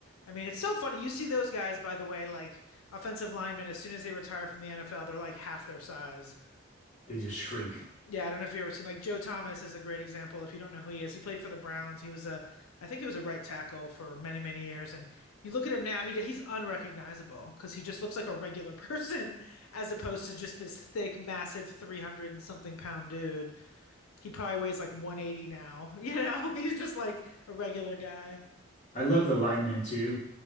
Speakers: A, on the left; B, on the left.
A: I mean, it's so funny. You see those guys, by the way, like offensive linemen, as soon as they retire from the NFL, they're like half their size.
B: They just shrink.
A: Yeah, I don't know if you've ever seen like Joe Thomas is a great example. If you don't know who he is, he played for the Browns. He was a, I think he was a right tackle for many many years. And you look at him now, he he's unrecognizable because he just looks like a regular person <laughs> as opposed to just this thick, massive, three hundred and something pound dude. He probably weighs like one eighty now. You know, <laughs> he's just like a regular guy.
B: I love the linemen too.